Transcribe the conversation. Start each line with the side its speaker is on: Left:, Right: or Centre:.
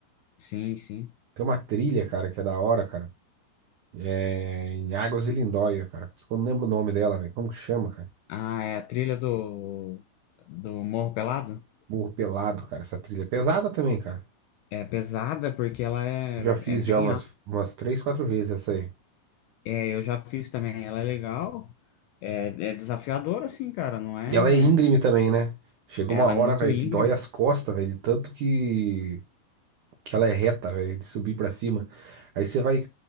Left: Sim, sim.
Right: Tem uma trilha, cara, que é da hora, cara. É em Águas de Lindóia, cara. Eu não lembro o nome dela, velho. Como que chama, cara?
Left: Ah, é a trilha do, do Morro Pelado?
Right: Burro Pelado, cara. Essa trilha é pesada também, cara.
Left: É pesada porque ela é,
Right: Já fiz
Left: é bem...
Right: já umas,
Left: a-
Right: umas três, quatro vezes essa aí.
Left: É, eu já fiz também, ela é legal. É, é desafiadora, assim, cara, não é...
Right: E ela é íngreme também, né? Chegou
Left: Ela
Right: uma hora,
Left: é muito
Right: velho,
Left: íngreme.
Right: que dói as costas, velho, de tanto que, que ela é reta, velho, de subir pra cima. Aí você vai,